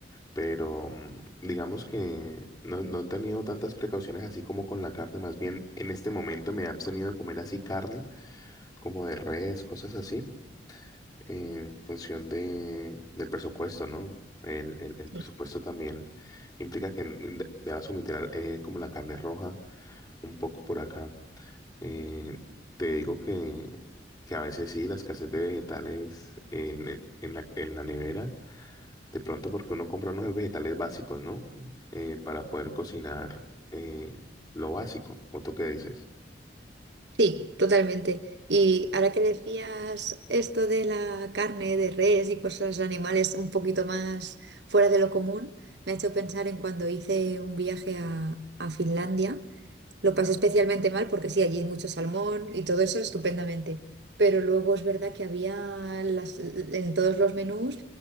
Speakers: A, on the left; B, on the right.
A: pero mm, digamos que no, no he tenido tantas precauciones así como con la carne, más bien en este momento me he abstenido de comer así carne, como de res, cosas así, en función de, del presupuesto, ¿no? El, el- el
B: Sí,
A: presupuesto también implica que de- debas omitir al- eh, como la carne roja un poco por acá. Eh, te digo que, que a veces sí, la escasez de vegetales en, en la, en la nevera. De pronto porque uno compra unos vegetales básicos, ¿no? Eh, para poder cocinar eh, lo básico. ¿O tú qué dices?
B: Sí, totalmente. Y ahora que decías esto de la carne de res y cosas animales un poquito más fuera de lo común, me ha hecho pensar en cuando hice un viaje a, a Finlandia Lo pasé especialmente mal porque sí, allí mucho salmón y todo eso estupendamente. Pero luego es verdad que había las, en todos los menús